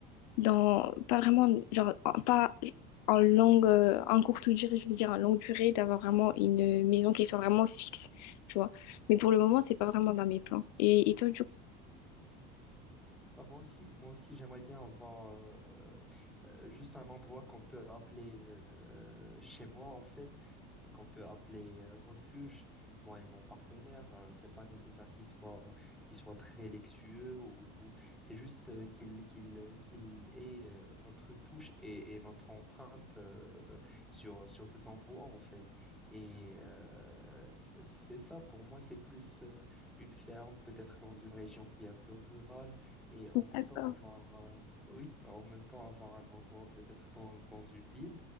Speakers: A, on the left; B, in the centre.
A: dans, pas vraiment, genre, en- pas en longue, euh, en courte durée, je veux dire, en longue durée, d'avoir vraiment une maison qui soit vraiment fixe, tu vois. Mais pour le moment, c'est pas vraiment dans mes plans. Et, et toi, du coup?
B: Bah, moi aussi, moi aussi, j'aimerais bien avoir euh, euh, juste un endroit qu'on peut appeler euh, chez moi, en fait, euh, qu'on peut appeler euh, refuge. Moi et mon partenaire, euh, c'est pas nécessaire qu'il soit, qu'il soit très luxueux ou, ou- c'est juste euh, qu'il qu'il, qu'il ait euh, notre touche et, et notre empreinte euh, sur, sur tout l'endroit, en fait. Et euh, c'est ça, pour moi, c'est plus euh, une ferme, peut-être dans une région qui est un peu rurale et en même
A: D'accord.
B: temps avoir euh, oui en même temps avoir un endroit peut-être dans, dans une ville